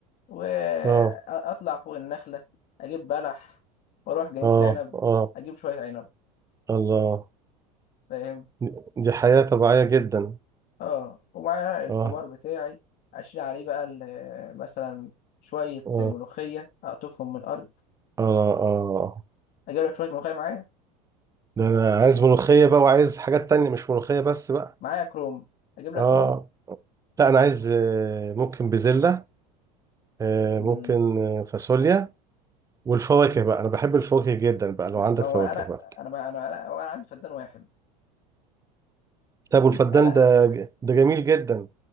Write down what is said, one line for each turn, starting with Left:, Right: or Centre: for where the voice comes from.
Left: واطلع
Right: اه
Left: فوق النخله اجيب بلح واروح جنينه
Right: اه
Left: العنب
Right: اه
Left: اجيب شويه عنب
Right: الله
Left: فاهم
Right: دي دي حياة طبيعية جدا
Left: اه ومعاها البومار
Right: اه
Left: بتاعي اشيل عليه بقى ال- مثلا شويه
Right: اه
Left: ملوخيه اقطفهم من الارض
Right: اه اه
Left: اجيب لك شويه ملوخيه معايا
Right: ده انا عايز ملوخية بقى وعايز حاجات تانية مش ملوخية بس بقى
Left: معايا كروم اجيب لك
Right: اه
Left: كروم
Right: لا انا عايز آه، ممكن بزلة آه،
Left: مم.
Right: ممكن آه، فاصوليا والفواكه بقى انا بحب الفواكه جدا بقى لو
Left: لا،
Right: عندك
Left: ما هو
Right: فواكه
Left: انا
Right: بقى
Left: انا ما انا انا هو انا عندي فدان واحد <laughs>
Right: طب والفدان
Left: انا
Right: ده ده جميل جدا